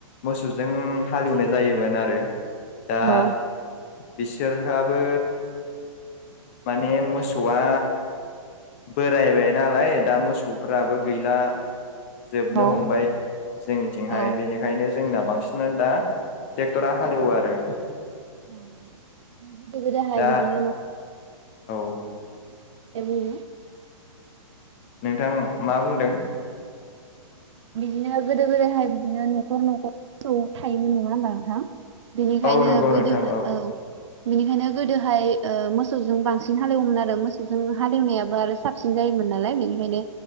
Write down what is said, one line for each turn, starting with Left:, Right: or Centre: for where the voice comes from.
Left: मोसौजों हालेवनाय जायोमोन आरो । दा
Right: औ
Left: बिसोरहाबो माने मोसौआ बोरायबाय नालाय दा मोसौफोराबो गैला जोबनो
Right: औ
Left: हमबाय जोंनिथिंहाय
Right: औ
Left: बेनिखायनो जोंना बांसिन नो दा टेक्टरा हालेवो आरो ।
Right: गोदो गोदोहाय
Left: दा
Right: बिदिनो न'
Left: औ
Right: <unintelligible>
Left: नोंथां मा बुंदों?
Right: बिदिनो गोदो गोदायहाय बिदिनो न'खर न'खर मोसौ थायोमोन नङा होनबा नोंथां । बेनिखायनो
Left: औ नंगौ
Right: गोदोहा
Left: नोंथां
Right: औ बेनिखायनो गोदोहाय ओ मोसौजों बांसिन हालेवोमोन आरो मोसौजों हालेवनायाबो आरो साबसिन जायोमोन नालाय बेनिखायनो